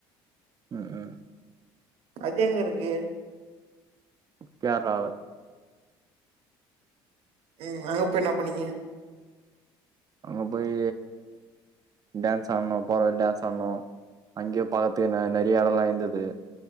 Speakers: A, on the right; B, on the right.
A: ம் ஹூ
B: அது எங்க இருக்கு
A: கேரளால
B: உம் அங்கப்போய் என்னாப் பண்ணீங்க
A: அங்க போய் டான்ஸ் ஆடுனோ போற வழில டான்ஸ் ஆடுனோ அங்கேயே பாக்கத்துக் நெ நிறைய எடல்லா இருந்துது